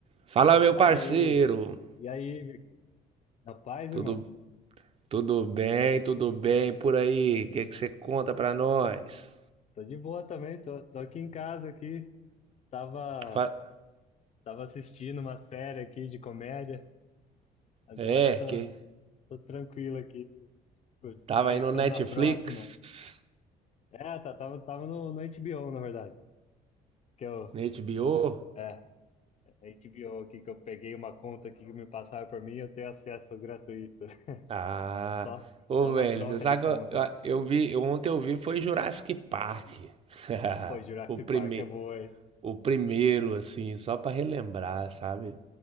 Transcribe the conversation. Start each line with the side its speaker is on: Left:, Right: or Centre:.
Right: Fala, meu
Left: Fala
Right: parceiro.
Left: aí. E aí, Vic? Na paz
Right: Tudo,
Left: irmão?
Right: tudo bem, tudo bem por aí? O que que você conta pra nós?
Left: Tô de boa também, tô, tô aqui em casa aqui. Tava,
Right: Fa-
Left: tava assistindo uma série aqui de comédia. Agora
Right: É,
Left: eu tô,
Right: que
Left: tô tranquilo aqui, pô,
Right: tava
Left: pensando
Right: aí no Netflix,
Left: na próxima. É, tá, tava, tava no, no HBO, na verdade. Que eu,
Right: na HBO.
Left: é, HBO aqui, que eu peguei uma conta aqui que me passaram por mim, eu tenho acesso gratuito. <laughs>
Right: Ah,
Left: Só,
Right: ô
Left: só na
Right: velho,
Left: troca
Right: você sabe
Left: de conta.
Right: que eu, eu- eu vi, eu- ontem eu vi foi Jurassic Park. <laughs>
Left: Pô, Jurassic
Right: O primeiro,
Left: Park é boa, hein?
Right: o primeiro assim, só pra relembrar, sabe?